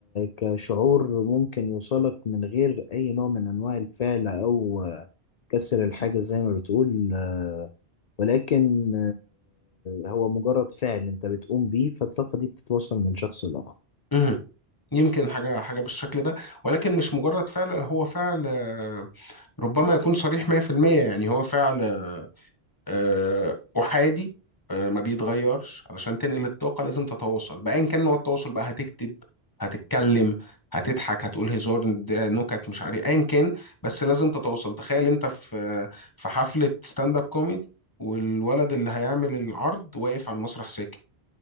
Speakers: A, on the left (about 50°); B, on the left (about 20°).
A: كشعور ممكن يوصلك من غير أي نوع من أنواع الفعل أو كسر الحاجة زي ما بتقول آه، ولكن آه، هو مجرد فعل أنت بتقوم بيه فالطاقة دي بتتوصل من شخص لآخر
B: مهم. يمكن حاجه حاجه بالشكل ده ولكن مش مجرد فعل هو فعل آه، ربما يكون صريح 100% يعني هو فعل آه، احادي آه، ما بيتغيرش علشان تنقل الطاقه لازم تتواصل بايا كان نوع التواصل بقى هتكتب هتتكلم هتضحك هتقول هزار ده نكت مش عارف إيه، ايا كان بس لازم تتواصل تخيل انت في في حفله ستاند اب كوميدي والولد اللي هيعمل العرض واقف على المسرح ساكت